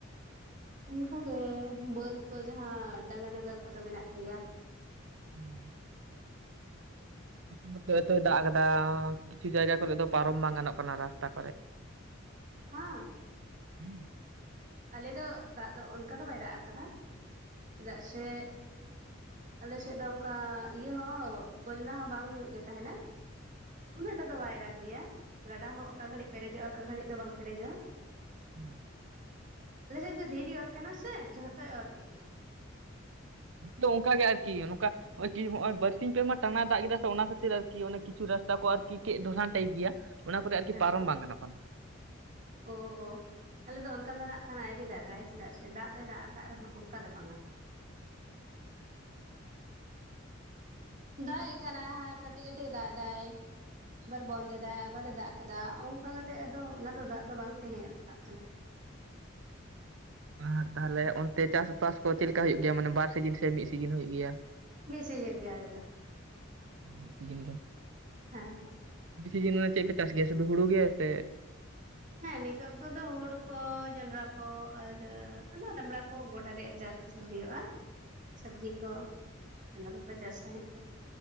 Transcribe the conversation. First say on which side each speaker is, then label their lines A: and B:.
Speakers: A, on the right; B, on the right.
A: ᱚᱱᱠᱟᱜᱮ ᱵᱟᱹᱫᱽ ᱠᱚ ᱡᱟᱸᱦᱟ ᱰᱟᱸᱜᱟ ᱰᱟᱸᱜᱟ ᱠᱚᱫᱚ ᱢᱮᱱᱟᱜ ᱜᱮᱭᱟ᱾
B: ᱦᱩᱸ ᱱᱚᱛᱮ <unintelligible> ᱫᱟᱜ ᱠᱟᱫᱟ ᱠᱤᱪᱷᱩ ᱡᱟᱭᱜᱟ ᱠᱚᱨᱮᱜ ᱫᱚ ᱯᱟᱨᱚᱢ ᱵᱟᱝ ᱜᱟᱱᱚᱜ ᱠᱟᱱᱟ ᱨᱟᱥᱛᱟ ᱠᱚᱨᱮᱜ᱾ <inaudible>
A: ᱦᱟᱸ
B: ᱦᱩᱸ
A: ᱟᱞᱮ ᱫᱚ ᱫᱟᱜ ᱫᱚ ᱚᱱᱠᱟ ᱫᱚ ᱵᱟᱭ ᱫᱟᱜ ᱟᱠᱟᱫᱟ ᱪᱮᱫᱟᱜ ᱥᱮ ᱟᱞᱮᱥᱮᱜ ᱫᱚ ᱚᱝᱠᱟ ᱤᱭᱟᱹ ᱦᱚᱸ ᱵᱚᱱᱱᱟ ᱦᱚᱸ ᱵᱟᱝ ᱦᱩᱭᱩᱜ ᱜᱮ ᱛᱟᱦᱮᱱᱟ᱾ ᱩᱱᱟᱹᱜ ᱴᱟ ᱫᱚ ᱵᱟᱭ ᱫᱟᱜᱽ ᱜᱮᱭᱟ ᱜᱟᱰᱟ ᱦᱚᱸ ᱚᱠᱟ ᱜᱷᱟᱹᱲᱤᱡ ᱯᱮᱨᱮᱡᱚᱜᱼᱟ ᱚᱠᱟ ᱜᱷᱟᱹᱲᱤᱡ ᱫᱚ ᱵᱟᱝ ᱯᱮᱨᱮᱡᱚᱜᱼᱟ᱾
B: ᱦᱩᱸ
A: ᱟᱞᱮᱥᱮᱜ ᱫᱚ ᱫᱷᱤᱨᱤ ᱚᱛ ᱠᱟᱱᱟ ᱥᱮ ᱡᱷᱚᱛᱚᱭ ᱚᱨ ᱠᱮᱜ ᱜᱮ᱾
B: ᱱᱚᱛᱮ ᱚᱝᱠᱟ ᱜᱮ ᱟᱨᱠᱤ ᱱᱚᱠᱟ ᱱᱚᱜᱼᱚᱭ ᱠᱤ ᱦᱚᱸᱜᱼᱚᱭ ᱵᱟᱨᱥᱤᱧ ᱯᱮ ᱢᱟ ᱴᱟᱱᱟᱭ ᱫᱟᱜ ᱠᱮᱫᱟᱥᱮ ᱚᱱᱟ ᱠᱷᱟᱹᱛᱤᱨ ᱟᱨᱠᱤ ᱚᱱᱮ ᱠᱤᱪᱷᱩ ᱨᱟᱥᱛᱟ ᱠᱚ ᱟᱨᱠᱤ ᱠᱮᱜ ᱫᱷᱚᱨᱟᱱ ᱴᱟᱭᱤᱯ ᱜᱮᱭᱟ᱾ ᱚᱱᱟ ᱠᱚᱨᱮ ᱟᱨᱠᱤ
A: ᱦᱮᱸ
B: ᱯᱟᱨᱚᱢ ᱵᱟᱝ ᱜᱟᱱᱚᱜ ᱠᱟᱱᱟ᱾
A: ᱳ ᱟᱞᱮᱫᱚ ᱚᱱᱠᱟ ᱫᱚ ᱱᱟᱜ ᱠᱷᱟᱱ ᱟᱭᱨᱤ ᱫᱟᱜᱟᱭ ᱪᱮᱫᱟᱜ ᱥᱮ ᱫᱟᱜ ᱫᱚᱭ ᱫᱟᱜ ᱠᱟᱜ ᱨᱮᱦᱚᱸ ᱚᱝᱠᱟ ᱫᱚ ᱵᱟᱝᱟ᱾ ᱫᱟᱜᱼᱮᱜ ᱠᱟᱱᱟᱭ ᱦᱟ ᱠᱟᱹᱴᱤᱡ ᱠᱟᱹᱴᱤᱡ ᱫᱟᱜ ᱮᱫᱟᱭ ᱟᱵᱟᱨ ᱵᱚᱱᱫ ᱮᱫᱟᱭ ᱟᱵᱟᱨᱮ ᱫᱟᱜ ᱠᱮᱫᱟ ᱚᱝᱡᱟ ᱠᱟᱛᱮᱜ ᱟᱫᱚ ᱚᱱᱟ ᱫᱚ ᱫᱟᱜ ᱫᱚ ᱵᱟᱝ ᱛᱮᱸᱦᱮ ᱟᱴᱠᱟᱜ ᱠᱟᱱᱟ᱾
B: ᱟᱨ ᱛᱟᱦᱞᱮ ᱚᱱᱛᱮ ᱪᱟᱥᱵᱟᱥ ᱠᱚ ᱪᱮᱜ ᱞᱮᱠᱟ ᱦᱩᱭᱩᱜ ᱜᱮᱭᱟ ᱢᱟᱱᱮ ᱵᱟᱨ ᱥᱤᱡᱤᱱ ᱥᱮ ᱢᱤᱜ ᱥᱤᱡᱤᱱ ᱦᱩᱭᱩᱜ ᱜᱮᱭᱟ?
A: <unintelligible> ᱥᱤᱡᱤᱱ ᱜᱮ ᱟᱞᱮ ᱫᱚ᱾
B: ᱟ ᱢᱤᱜ ᱥᱤᱡᱤᱱ ᱜᱮ᱾
A: ᱦᱮᱸ
B: <unintelligible> ᱪᱮᱜ ᱯᱮ ᱪᱟᱥ ᱜᱮᱭᱟ ᱥᱩᱫᱩ ᱦᱩᱲᱩ ᱜᱮ ᱥᱮ
A: ᱦᱮᱸ ᱱᱤᱛ ᱚᱠᱛᱚ ᱫᱚ ᱦᱩᱲᱩ ᱠᱚ ᱡᱚᱱᱰᱨᱟ ᱠᱚ ᱟᱨ ᱚᱱᱟ ᱨᱟᱢᱲᱟ ᱠᱚ ᱜᱚᱰᱟ ᱨᱮᱭᱟᱜ ᱡᱟᱠ ᱠᱤᱪᱷᱩ ᱦᱩᱭᱩᱜ-ᱟ, ᱥᱚᱵᱽᱡᱤ ᱠᱚ ᱚᱱᱟ ᱠᱚᱠᱚ ᱪᱟᱥ ᱛᱟᱸᱦᱮᱜ-ᱟ᱾